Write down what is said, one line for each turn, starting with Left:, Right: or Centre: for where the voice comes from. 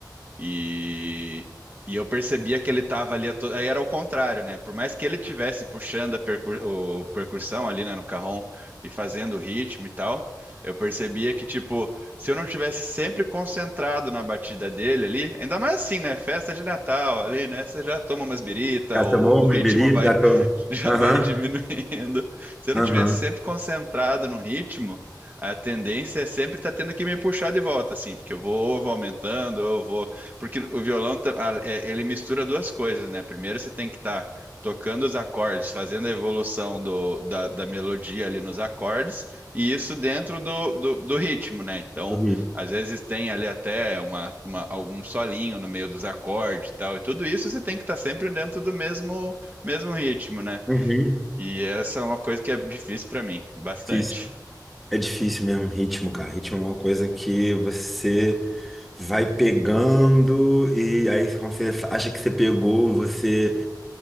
Right: E, e eu percebia que ele estava ali, a to... aí era o contrário, né? Por mais que ele tivesse puxando a percu- o percussão ali, né, no carrom e fazendo o ritmo e tal, eu percebia que, tipo, se eu não tivesse sempre concentrado na batida dele ali, ainda mais assim, né? Festa de Natal ali, né? Você já toma umas birita,
Centre: Já
Right: o,
Centre: tomou uma
Right: o ritmo
Centre: bebida?
Right: vai
Centre: Já tomou.
Right: <laughs> já
Centre: Aham,
Right: vai diminuindo. Se eu
Centre: aham,
Right: não tivesse sempre concentrado no ritmo, a tendência é sempre estar tendo que me puxar de volta, assim, porque eu vou, vou aumentando, eu vou. Porque o violão, ta- a- é- ele mistura duas coisas, né? Primeiro você tem que estar tocando os acordes, fazendo a evolução do, da, da melodia ali nos acordes, e isso dentro do, do, do ritmo, né? Então,
Centre: o
Right: às vezes tem ali até uma, uma- algum solinho no meio dos acordes e tal, e tudo isso você tem que estar sempre dentro do mesmo mesmo ritmo, né?
Centre: Uhum.
Right: E essa é uma coisa que é difícil pra mim, bastante.
Centre: Difícil. É difícil mesmo, ritmo, cara. Ritmo é uma coisa que você vai pegando e aí quando você acha que você pegou, você